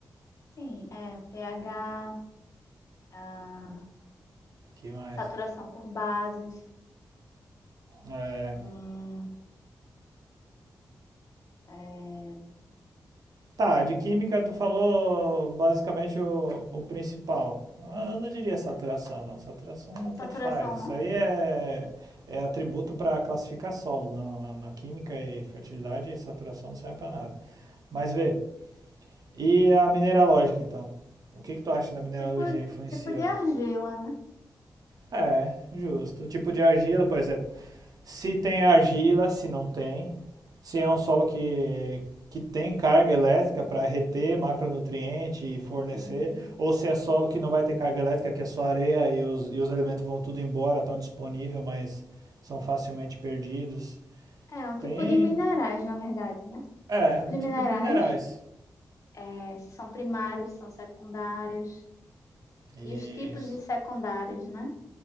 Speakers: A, on the left (about 45°); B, on the right (about 60°).
A: Sim, é pH, ah,
B: Que mais?
A: saturação por bases,
B: É,
A: hum, é,
B: Tá, de química tu falou basicamente o, o principal. Ah, Eu não diria saturação, não. Saturação
A: saturação
B: tanto faz. Isso
A: não?
B: aí é, é atributo para classificar solo. Na, na, na química e fertilidade, saturação não serve para nada. Mas vê, e a mineralógica, então? O que que tu acha da mineralogia
A: Tipo,
B: influencia?
A: tipo de argila, né?
B: É, justo. O tipo de argila, por exemplo. Se tem argila, se não tem. Se é um solo que, que tem carga elétrica para reter macronutriente e fornecer,
A: Uhum.
B: ou se é solo que não vai ter carga elétrica, que é só areia e os, e os elementos vão tudo embora, estão disponíveis, mas são facilmente perdidos.
A: É, um tipo
B: Tem,
A: de minerais, na verdade, né? Um
B: é,
A: Tipo
B: o
A: de
B: tipo
A: minerais,
B: de minerais.
A: é, se são primários, são secundários,
B: Isso,
A: e os tipos de secundários, né?